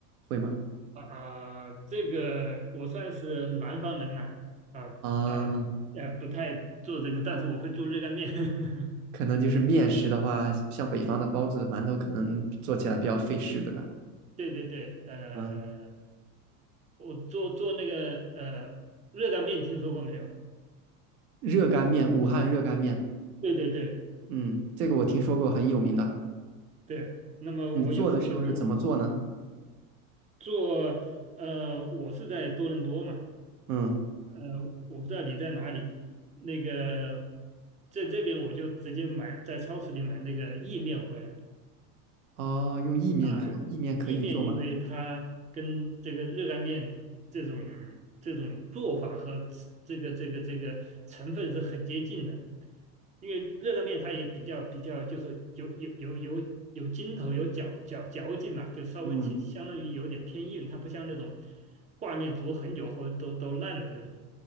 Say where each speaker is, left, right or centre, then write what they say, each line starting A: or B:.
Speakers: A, on the right (about 80°); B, on the right (about 20°).
A: 会吗？
B: 啊，这个我算是南方人呐，啊呃呃，
A: 啊、
B: 不太做这个，但是我会做热干面。<laughs>
A: 可能就是面食的话，像北方的包子、馒头，可能做起来比较费事，对吧？
B: 对对对，呃，
A: 嗯，
B: 我做做那个呃热干面，听说过没有？
A: 热干面，武汉热干面。
B: 对对对
A: 嗯，这个我听说过，很有名的。
B: 对，那么我有时候会做
A: 你嗯做的时候是怎么做呢？
B: 做，呃，我是在多伦多嘛。
A: 嗯，
B: 呃，我不知道你在哪里，那个在这边我就直接买在超市里买那个意面回来
A: 哦，用意面做，
B: 啊，
A: 意面可以做吗？
B: 意面因为它跟这个热干面这种这种做法和吃这个这个这个成分是很接近的，因为热干面它也比较比较就是有有有有有筋头有嚼嚼嚼劲嘛，就稍微相相当于有点偏硬，
A: 嗯，
B: 它不像那种挂面煮很久后都都烂的那种，